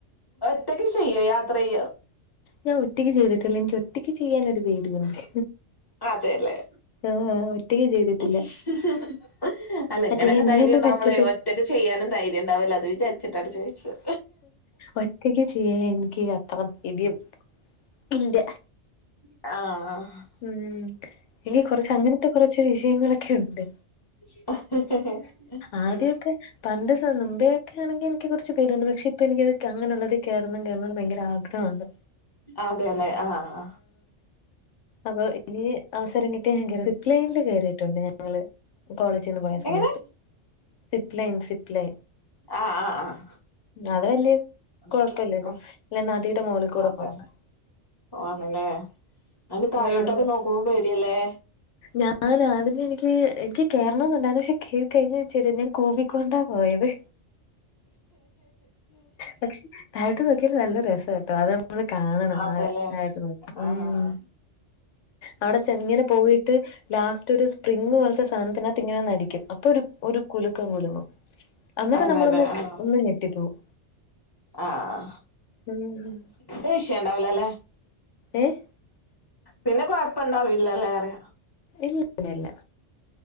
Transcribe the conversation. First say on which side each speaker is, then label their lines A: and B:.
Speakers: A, on the left; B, on the left.
A: ഒറ്റയ്ക്ക് ചെയ്യോ യാത്ര ചെയ്യോ
B: ഞാൻ ഒറ്റക്ക് ചെയ്തിട്ടില്ലേ എനിക്ക് ഒറ്റക്ക് ചെയ്യാനൊരു പേടിയുണ്ട്
A: ആ അതയല്ലേ
B: ആഹ് ഒറ്റയ്ക്ക് ചെയ്തിട്ടില്ല
A: <unintelligible> അല്ല ഇങ്ങനെക്കെ
B: ഒറ്റയ്ക്ക് എന്നെ
A: ധൈര്യം
B: കൊണ്ട്
A: ഉണ്ടാകുമ്പോളെയ്
B: പറ്റത്തില്ല
A: ഒറ്റ ഒറ്റൊക്ക് ചെയ്യാനും ധൈര്യണ്ടാവില്ലാ അത് വിചാരിച്ചിട്ടാട്ടോ ചോയിച്ചത്
B: ഒറ്റയ്ക്ക് ചെയ്യാൻ എനിക്ക് അത്ര ധൈര്യം ഇല്ല
A: ആഹ് ആഹ്
B: ഉം ഇനി കൊറച്ച് അങ്ങനത്തെ കൊറച്ച് വിഷയങ്ങളൊക്കെ ഉണ്ട്
A: <unintelligible>
B: ആദ്യമൊക്കെ പണ്ട് സ മുമ്പയൊക്കെ ആണെങ്കി എനിക്ക് കൊറച്ച് പേടിയുണ്ട്. പക്ഷെ ഇപ്പ എനിക്കത് അങ്ങനെ ഉള്ളതിൽ കേറണം കേറണം ഭയങ്കരം ആഗ്ര ത്താന്
A: അതെല്ലേ ആഹ് ആഹ്
B: അപ്പൊ ഇനി അവസരം കിട്ടിയാ ഞാൻ കോറും സിപ് ലൈനില് കേറിട്ടുണ്ട് ഞങ്ങള് കോളേജീന്ന് പോയ
A: എങ്ങനെ
B: സമയത്ത് സിപ്പ് ലൈൻ
A: ആഹ് ആഹ് ആഹ്
B: അത് വല്യ
A: മനസ്സിലായി
B: കൊഴപ്പില്ലല്ലോ
A: ഉം
B: അല്ല നദിയുടെ മുകളിൽ കൂടെ
A: അതെ
B: പോകുനെ
A: ആണല്ലേ അതിന് തായോട്ടൊക്കെ
B: ഉം
A: നോക്കുമ്പോ പേടിയല്ലേ
B: ഞാൻ ആദ്യമേ എനിക്ക് എനിക്ക് കേറണോന്നുണ്ടാരുന്നു പക്ഷെ കേറി കഴിഞ്ഞ ച്ചാല് ഞാൻ കൂവിക്കൊണ്ടാ പോയത് പക്ഷെ താഴോട്ട് നോക്കിയാല് നല്ല രസാട്ടോ അതാപ ഒന്ന് കാണണം
A: അതല്ലേ
B: ആ താഴോട്ട് നോക്കി ഉം
A: ആഹ്
B: അവിടെ ച്ചേറ്ങ്ങനെ പോയിട്ട് ലാസ്റ്റ് ഒരു സ്പ്രിങ്ങ് പോലത്തെ സാധനത്തിനകത്ത് ഇങ്ങനെ നിന്നടിക്കും അപ്പൊ ഒരു ഒരു കുലുക്കം കുലുങ്ങും അന്നേരം
A: അതെല്ലെ
B: നമ്മളൊന്ന്
A: ആഹ്
B: ഒന്ന് ഞെട്ടിപ്പോകും
A: ആഹ്
B: ഉം
A: ഇത് വിഷയോണ്ടാവില്ലല്ലേ
B: ഏഹ്
A: പിന്നെ കൊഴപ്പൊണ്ടാവില്ലല്ലേറെ
B: ഇല്ല ഇല്ല